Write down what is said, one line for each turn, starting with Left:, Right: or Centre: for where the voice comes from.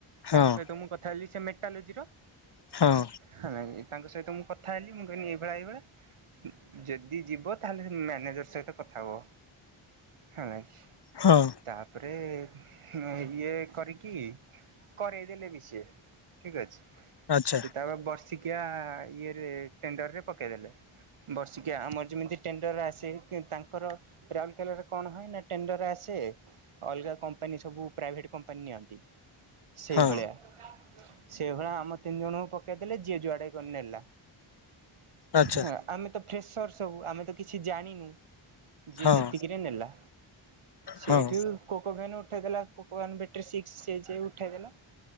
Left: ହଁ
Right: ତାଙ୍କ ସହିତ ମୁଁ କଥା ହେଲିି ସେ ମେଟାଲୋଜିର।
Left: ହଁ।
Right: ହଁ ଇ ତାଙ୍କ ସହିତ ମୁଁ କଥା ହେଲି ମୁଁ କହିଲି ଏଇଭଳିଆ ଏଇଭଳିଆ। ଯଦି ଯିବ ତାହେଲେ ମ୍ୟାନେଜର ସହିତ କଥା ହୁଅ, ହୈ।
Left: ହଁ।
Right: ତାପରେ ମୁଁ ଇଏ କରିକି କରେଇ ଦେଲେ ବି ସେଏ ଠିକ ଅଛି।
Left: ଆଚ୍ଛା
Right: ସେ ତାପରେ ବର୍ଷିକ କିଆ ୟେରେ ଟେଣ୍ଡରରେ ପକେଇଦେଲେ? ବର୍ଷିକିଆ ଆମର ଯେମିତି ଟେଣ୍ଡର ଆସେ କି ତାଙ୍କର ରାଉଲକେଲାରେ କଣ ହୁଏ ନା ଆସେ ଅଲଗା କମ୍ପାନୀ ସବୁ ପ୍ରାଇଭେଟ କମ୍ପାନୀ ନିଅନ୍ତି। ସେଇଭଳିଆ
Left: ହଁ
Right: ସେଇଭଳା ଆମ ତିନି ଜଣଙ୍କୁ ପକେଇଦେଲେ ଯିଏ ଯୁଆଡେ କରିନେଲା।
Left: ଆଚ୍ଛା
Right: ହଁ ଆମେ ତ ଫ୍ରେସର ସବୁ ଆମେ ତ କିଛି ଜାଣିନୁ ଯିଏ
Left: ହଁ
Right: ଯେତିକିରେ ନେଲା ସେଇଠୁ
Left: ହଁ
Right: କୋକୋଭେନ ଉଠେଇଦେଲା କୋକୋଭେନ୍ ବେଟ୍ରୀ ସିକ୍ସ ହେଇଚି ଉଠେଦେଲା